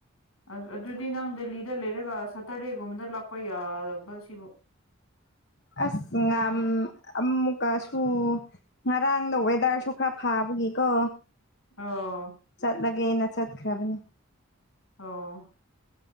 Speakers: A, on the left; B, on the left.
A: ꯑꯁ ꯑꯗꯨꯗꯤ ꯅꯪ ꯗꯦꯜꯂꯤꯗ ꯂꯩꯔꯒ ꯁꯇꯔꯗꯦꯒꯨꯝꯕꯗ ꯂꯥꯛꯄ ꯌꯥꯕ ꯁꯤꯕꯨ
B: ꯑꯁ ꯉ ꯑꯃꯨꯛꯀꯁꯨ ꯉꯔꯥꯡꯗ ꯋꯦꯗꯔꯁꯨ ꯈꯔ ꯐꯕ ꯀꯣ
A: ꯑꯣ
B: ꯆꯠꯂꯒꯦꯅ ꯆꯠꯈ꯭ꯔꯕꯅꯤ
A: ꯑꯣ